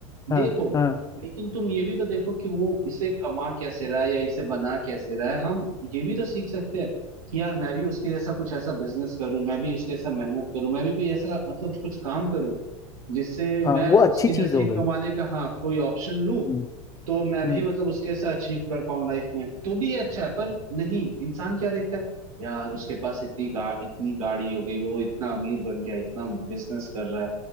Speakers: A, on the left (about 20°); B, on the right (about 80°).
A: हाँ
B: देखो
A: हाँ
B: लेकिन तुम ये भी तो देखो कि वो इसे कमा कैसे रहा है या इसे बना कैसे रहा है हम ये भी तो सीख सकते हैं कि यार मैं भी उसके जैसा कुछ ऐसा बिजनेस करूं मैं भी उसके जैसा मेहनत करूं मैं भी कोई ऐसा मतलब कुछ काम करूं जिससे
A: हाँ
B: मैं
A: वो अच्छी
B: उसके
A: चीज
B: जैसा ही
A: हो गई
B: कमाने का हाँ कोई ऑप्शन लूं
A: हम्म
B: तो मैं भी
A: हम्म।
B: मतलब उसके जैसा अचीव कर पाऊं लाइफ में तो भी ये अच्छा है पर नहीं इंसान क्या देखता है यार उसके पास इतनी गा, इतनी गाड़ी हो गई वो इतना अमीर बन गया इतना बिजनेस कर रहा है